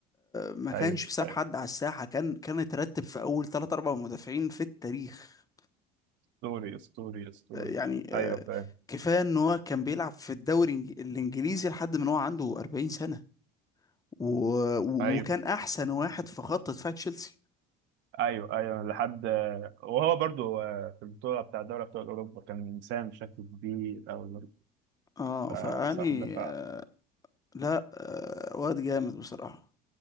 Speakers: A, on the left; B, on the right.
A: ما كانش
B: ايوه
A: ساب
B: ايوه
A: حد على الساحة كان كان اترتب في أول 3 4 مدافعين في التاريخ
B: اسطوري اسطوري اسطوري
A: آه، يعني آه،
B: ايوه فاهم
A: كفاية إن هو كان بيلعب في الدوري الإنج- الإنجليزي لحد من هو عنده 40 سنة و... و-
B: ايوه
A: وكان أحسن واحد في خط دفاع تشيلسي
B: ايوه ايوه لحد وهو برضو في البطوله بتاع دوري ابطال اوروبا كان مساهم بشكل كبير قوي برضه
A: اه
B: فبصراحه
A: فيعني
B: دفع
A: آه، لا آه، واد جامد بصراحة